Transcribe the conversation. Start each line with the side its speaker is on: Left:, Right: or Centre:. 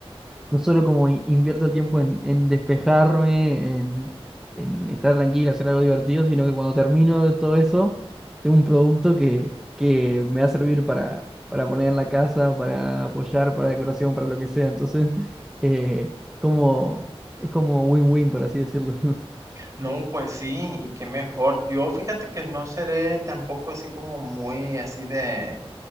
Centre: no solo como in- invierto el tiempo en, en despejarme, en, en estar tranquilo, hacer algo divertido, sino que cuando termino de todo eso, tengo un producto que, que me va a servir para, para poner en la casa, para apoyar, para decoración, para lo que sea. Entonces, <laughs> eh, como, es como win-win, por así decirlo. <laughs>
Right: No, pues sí, y qué mejor. Yo fíjate que no seré tampoco así como muy así de